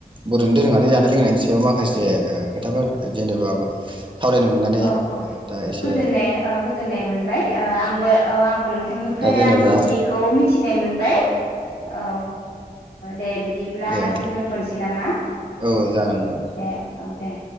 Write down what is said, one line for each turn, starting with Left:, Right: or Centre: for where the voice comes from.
Right: बर'नि दोरोङारि जानाय लोंनायनि सायाव माखासे खोथाफोर जेनेबा सावरायनो मोननानै
Left: औ
Right: दा एसे
Left: गोजोननाय ओ गोजोननाय मोनबाय आंबो अ आंबो नोंथांनिफ्राय
Right: दा जेनेबा
Left: आं मिथियैखौ मिथिना मोनबाय औ दे बिदिब्ला
Right: औ
Left: जों दोनथ'नोसै नामा
Right: औ जागोन ना
Left: दे औ दे